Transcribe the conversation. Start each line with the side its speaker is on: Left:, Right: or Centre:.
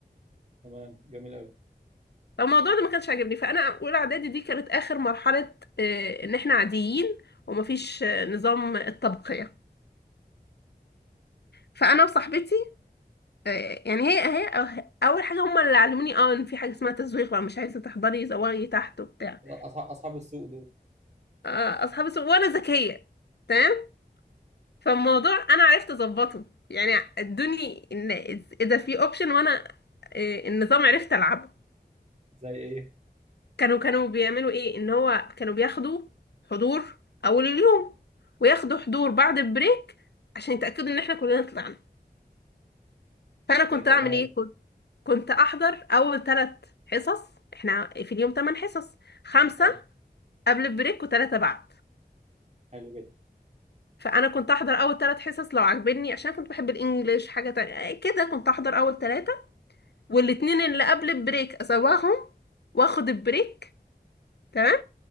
Right: تمام جميل قوي
Left: فالموضوع ده ما كانش عاجبني فانا اولى اعدادي دي كانت اخر مرحله آه، ان احنا عاديين ومفيش آه، نظام الطبقيه فانا وصاحبتي آه، يعني هي هي أه- اول حاجه هم اللي علموني اه ان في حاجه اسمها تزويق بقى مش عايزه تحضري زوغي تحت وبتاع
Right: اصحاب اصحاب السوق دول
Left: آه، اصحابي سو- وانا ذكيه تمام فالموضوع انا عرفت اظبطه يعني ادوني ان إز- اذا في اوبشن وانا آه، النظام عرفت العبه
Right: زي ايه
Left: كانوا كانوا بيعملوا ايه ان هو كانوا بياخدوا حضور اول اليوم وياخدوا حضور بعد البريك عشان يتاكدوا ان احنا كلنا طلعنا فانا كنت
Right: يا جماله
Left: اعمل ايه كنت احضر اول ثلاث حصص احنا في اليوم ثمان حصص خمسه
Right: حلو
Left: قبل البريك وثلاثه بعد
Right: حلو جدا
Left: فانا كنت احضر اول ثلاث حصص لو عجبني عشان كنت بحب الانجليش حاجه تانية آه، كده كنت احضر اول ثلاثه والاتنين اللي قبل البريك اسواهم واخد البريك تمام